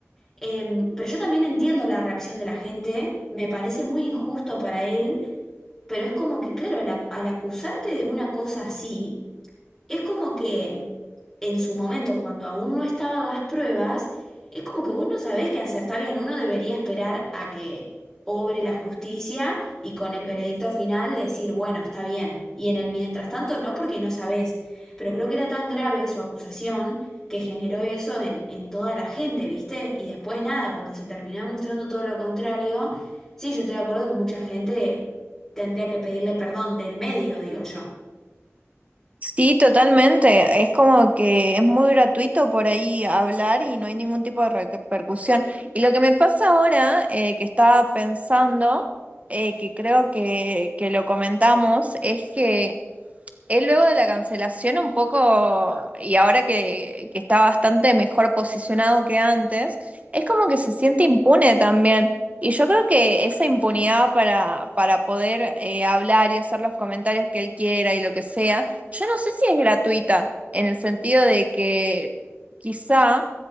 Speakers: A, in the centre; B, on the right.
A: Em, pero yo también entiendo la reacción de la gente, me parece muy injusto para él pero es como que, claro, al, ac- al acusarte de una cosa así, es como que en su momento, cuando aún no estaban las pruebas, es como que vos no sabés qué hacer. Está bien, uno debería esperar a que obre la justicia y con el veredicto final decir, bueno, está bien. Y en el mientras tanto no, porque no sabés. Pero creo que era tan grave su acusación que generó eso en, en toda la gente, ¿viste? Y después nada, cuando se terminó demostrando todo lo contrario, sí, yo estoy de acuerdo que mucha gente tendría que pedirle perdón del medio, digo yo.
B: Sí, totalmente. Es como que es muy gratuito por ahí hablar y no hay ningún tipo de repercusión. Y lo que me pasa ahora, eh, que estaba pensando, eh, que creo que, que lo comentamos, es que él luego de la cancelación un poco, y ahora que, que está bastante mejor posicionado que antes, es como que se siente impune también. Y yo creo que esa impunidad para, para poder eh, hablar y hacer los comentarios que él quiera y lo que sea, yo no sé si es gratuita, en el sentido de que quizá